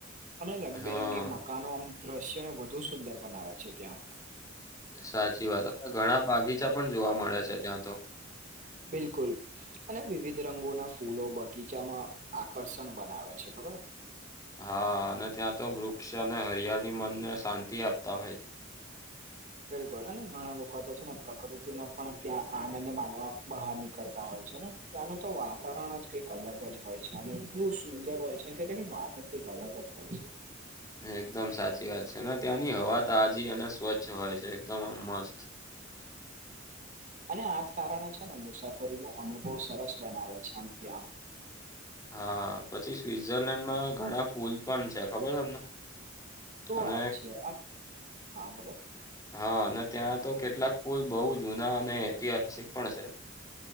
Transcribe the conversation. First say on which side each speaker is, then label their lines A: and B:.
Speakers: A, on the right; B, on the left.
A: અને રંગબેરંગી
B: હા
A: મકાનો આમ દ્રશ્યને વધુ સુંદર બનાવે છે ત્યાં,
B: સાચી વાત ઘણા બાગીચા પણ જોવા મળ્યા છે ત્યાં તો.
A: બિલકુલ અને વિવિધ રંગોના ફૂલો બગીચામાં આકર્ષણ બનાવે છે ખબર?
B: હા અને ત્યાં તો વૃક્ષ અને હરિયાળી મનને શાંતિ આપતા હોય છે.
A: બિલકુલ ઘણા લોકો તો છે ને પ્રકૃતિ ન પણ ત્યાં આનંદ માનવા બહાર નીકળતા હોય છે ને? ત્યાંનું તો વાતાવરણ જ કંઈક અલગ જ હોય છે અમે એટલું સુંદર હોય છે કે તેની વાત જ કંઈક અલગ જ હોય છે.
B: એકદમ સાચી વાત છે ને ત્યાંની હવા તાજી અને સ્વચ્છ હોય છે એકદમ આમ મસ્ત.
A: અને આજ કારણે છે ને મુસાફરીનોો અનુભવ સરસ બનાવે છે આમ ત્યાં
B: હા પછી સ્વટઝરલેન્ડમાં ઘણા પુલ પણ છે ખબર તમને?
A: શું
B: અને
A: વાત છે આ હા બોલો
B: હા અને ત્યાં તો કેટલાક પુલ બહુ જુના અને ઐતિહાસિક પણ છે.